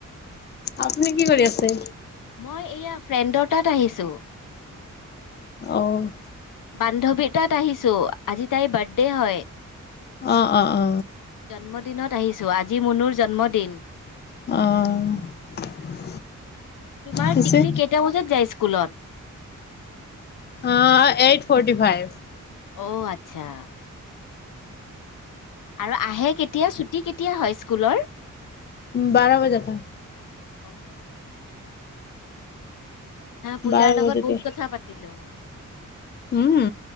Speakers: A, on the left (about 35°); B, on the left (about 75°).
A: আপুনি কি কৰি আছে
B: মই এয়া ফ্ৰেণ্ডৰ তাত আহিছোঁ
A: অঁ
B: বান্ধৱী তাত আহিছোঁ আজি তাইৰ বাৰ্থডে হয়
A: অ অ অ
B: জন্মদিনত আহিছো আজি মুনুৰ জন্মদিন
A: অ'।
B: তোমাৰ
A: পিছে
B: টিকলি কেইটা বজাত যায় স্কুলত?
A: অ', এইট ফৰ্টি ফাইভ।
B: অ', আচ্ছা। আৰু আহে কেতিয়া, ছুটি কেতিয়া হয় স্কুলৰ?
A: বাৰ বজা।
B: অ'। হা পূজাৰ
A: বাৰ
B: লগত
A: বজাতে
B: বহুত কথা পাতিলো।
A: উম।